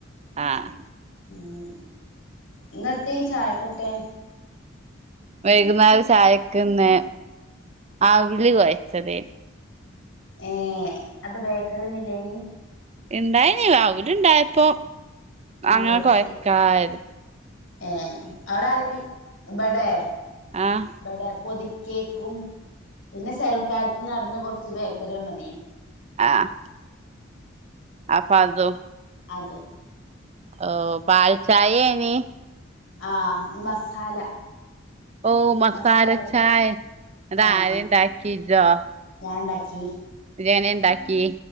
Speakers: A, on the right; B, on the left.
A: ആഹ്
B: ഉം ഇന്നെത്തി ചായക്കൊക്കെ
A: വൈകുന്നാരം ചായക്കിന്ന് അവില് കൊഴച്ചതേ
B: ഏഹ് അതെന്ത ബേക്കറിയൊന്നില്ലേനി
A: ഇണ്ടായിന് അവുൽ ഇണ്ടായപ്പോ
B: ആഹ്
A: അങ്ങനെ
B: കൊഴച്ച്
A: കൊഴക്കായത്
B: ഏഹ് അവിടെ ആരക്കെ ബടെ
A: ആഹ്
B: ബടെ പൊതിക്കേക്കും പിന്നെ സൽക്കാരത്തിനട്ന്ന് കൊറച്ച് ബേക്കറി കൊണ്ടന്നീന്
A: ആഹ് അപ്പ അതും
B: അതും
A: ഓഹ് പാൽച്ചായേനി
B: ആഹ് ഈ മസാല
A: ഓഹ് മസാലച്ചായ
B: മസാലട്ടി
A: അതാരാണ്ടാക്കി
B: ആഹ്
A: ഇജ്ജോ
B: ഞാൻ ഇണ്ടാക്കി
A: ഇജ്ജെങ്ങനെ ഇണ്ടാക്കി